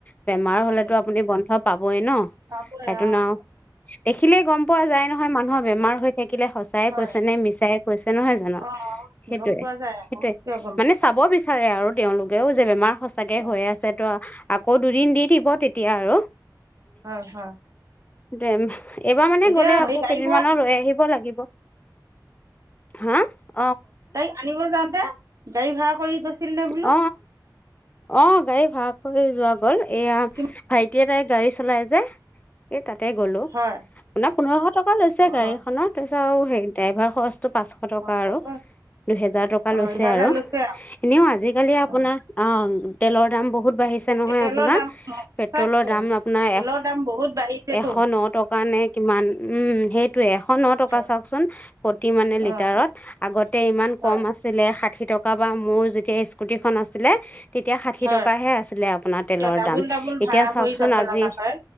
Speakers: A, on the left (about 20°); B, on the right (about 45°).
A: বেমাৰ
B: হয়
A: হলেতো
B: নেকি
A: আপুনি বন্ধ পাবয়ে ন
B: পাবই
A: সেইতো
B: অঁ
A: ন দেখিলে গম পোৱা যায় নহয় মানুহৰ বেমাৰ সৈ দেখিলেই সঁচাই
B: হয়
A: কৈছে নে মিছাইে কৈছে নহয় জানো
B: অঁ
A: সেইটোয়ে
B: গম পোৱা যায় আকৌ
A: সেইটোয়ে
B: কিয় গম
A: মানে
B: পোৱা
A: চাব বিচাৰে আৰু তেওঁলোকেও যে বেমাৰ সঁচাকে
B: অঁ
A: হৈ আছে তো আকৌ দুদিন দি দিব তেতিয়া আৰু
B: হয় হয়
A: দেম এইবাৰ মানে
B: এতিয়া
A: গ'লে
B: হেৰি
A: আকৌ
B: গাড়ী
A: কেইদিনমানাৰ
B: ভাড়া
A: লৈ আহি নিব লাগিব হো
B: তাইক আনিব যাওঁতে গাড়ী ভাড়া কৰি গৈছিল নে বোলো
A: অ, অ, গাড়ী ভাড়া কৰি যোৱা গ'ল এয়া
B: কিম-
A: ভাইটি <unintelligible> তাই গাড়ী চলাই যে এই তাতে গ'লো
B: হয়
A: আপোনাৰ পোন্ধৰশ টকা লৈছে
B: অঁ
A: গাড়ীখনৰ তাৰ পিছত আৰু হে ড্ৰাইভাৰ খৰচ <unintelligible> পাঁচশ টকা
B: অঁ ল'ব
A: আৰু দুহেজাৰ টকা
B: হয়
A: লৈছে
B: দুহেজাৰ
A: আৰু।
B: লৈছে আৰু
A: এনেও আজিকালি আপোনাৰ
B: অঁ
A: তেলৰ দাম বহুত বাঢ়িছে নহয়
B: তেলৰ
A: আপোনাৰ,
B: দাম সঁচাকৈ
A: পেট্ৰলৰ দাম। আপোনাৰ
B: তেলৰ
A: এ
B: দাম বহুত বাঢ়িছেতো
A: এশ ন টকা নে কিমান উম সেইটোে এ। <unintelligible>
B: হয়,
A: চাওকচোন প্ৰতি মানে লিটাৰত
B: অ',
A: আগতে ইমান
B: হয়,
A: কম আছিলে হাতখ <unintelligible> ষাঠি টকা বা মোৰ যেতিয়া স্কুটিখন আছিলে। তেতিয়া ষাঠি
B: হয়,
A: টকাহে আছিলে আপোনাৰ তেলৰ
B: এতিয়া ডাবুল
A: দাম
B: ডাবুল
A: এতিয়া
B: ভাড়া
A: চাওকচোন
B: কৰি যাব
A: আজি।
B: লগা হয়